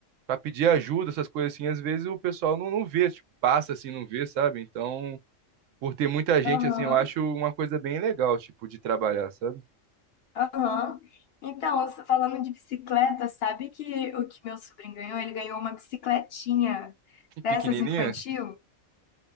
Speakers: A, on the right; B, on the left.
A: pra pedir ajuda, essas coisas assim, às vezes o pessoal não, não vê, tipo, passa assim, não vê, sabe? Então, por ter muita gente
B: aham,
A: assim, eu acho uma coisa bem legal, tipo, de trabalhar, sabe?
B: aham. Então, você falando de bicicleta, sabe que o que meu sobrinho ganhou? Ele ganhou uma bicicletinha dessas
A: Pequenininha.
B: infantil.